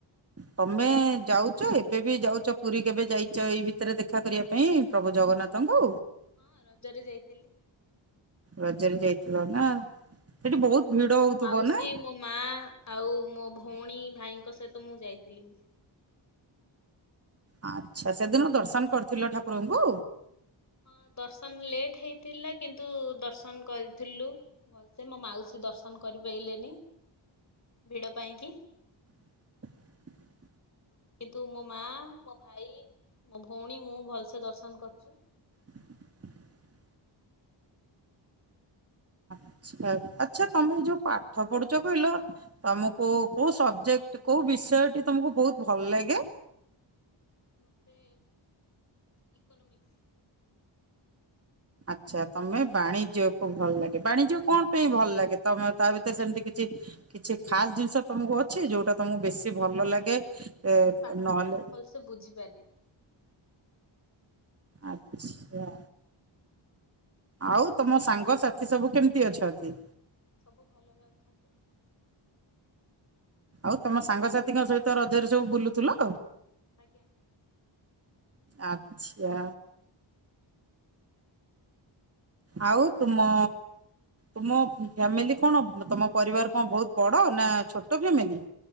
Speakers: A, on the right; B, on the left.
A: ତମେ ଯାଉଛ ଏବେ ବି ଯାଉଛ ପୁରୀ କେବେ ଯାଇଛ ଏଇ ଭିତରେ ଦେଖା କରିବା ପାଇଁ, ପ୍ରଭ ଜ ଜଗନ୍ନାଥଙ୍କୁ
B: ହଁ ରଜରେ ଯାଇଥିଲି।
A: ରଜରେ ଯାଇଥିଲ ନା ସେଠି ବହୁତ ଭିଡ ହଉଥିବ
B: ମୋ ମାଉସୀ
A: ନା
B: ମୋ ମା ଆଉ ମୋ ଭଉଣୀ ଭାଇଙ୍କ ସହିତ ମୁଁ ଯାଇଥିଲି ମୁଁ
A: ଆଛା ସେଦିନ ଦର୍ଶନ କରିଥିଲ ଠାକୁରଙ୍କୁ?
B: ହଁ ଦର୍ଶନ ଲେଟ୍ ହେଇଥିଲା, କିନ୍ତୁ ଦର୍ଶନ କରିଥିଲୁ ଭଲସେ ମୋ ମାଉସୀ ଦର୍ଶନ କରି ପାଇଲେଣି। ଭିଡ଼ ପାଇଁ କି!
A: <inaudible>
B: କିନ୍ତୁ ମୋ ମା ମୋ ଭାଇ ମୋ ଭଉଣୀ ମୁଁ ଭଲସେ ଦର୍ଶନ କରୁଛି।
A: <inaudible> ଆଛ ଆଚ୍ଛା ତମେ ଯୋଉ ପାଠ ପଢୁଛ କହିଲ, ତମକୁ କୋଉ ସବଜେକ୍ଟ କୋଉ ବିଷୟ ଟି ତମକୁ ବହୁତ ଭଲ ଲାଗେ।
B: ମତେ ଇକୋନମିକ୍ସ୍।
A: ଆଚ୍ଛା ତମେ ବାଣିଜ୍ୟକୁୁବ ଭଲ ଲାଗେ, ବାଣିଜ୍ୟ କଣ ପାଇଁ ଭଲ ଲାଗେ ତମେ ତା ଭିତରେ ସେମିତି କିଛି କିଛି ଖାସ ଜିନିଷ ତମକୁ ଅଛି ଯୋଉଟା ତମକୁ ବେଶୀ ଭଲ ଲାଗେ। ଏ
B: ସେ ପାଠଟି
A: ନହେଲେ
B: ମୁଁ ଭଲସେ ବୁଝିପାରି।
A: ଆଚ୍ଛା। ଆଉ ତମ ସାଙ୍ଗସାଥି ସବୁ କେମିତି ଅଛନ୍ତି?
B: ସବୁ ଭଲରେ ଅଛନ୍ତି।
A: ଆଉ ତମ ସାଙ୍ଗସାଥିଙ୍କ ସହିତ ରଜରେ ସବୁ ବୁଲୁଥିଲ?
B: ଆଜ୍ଞା।
A: ଆଚ୍ଛା। ଆଉ ତୁମ ତମ ଫ୍ୟାମିଲି କଣ ତମ ପରିବାର କଣ ବହୁତ ବଡ ନା ଛୋଟ ଫ୍ୟାମିଲି?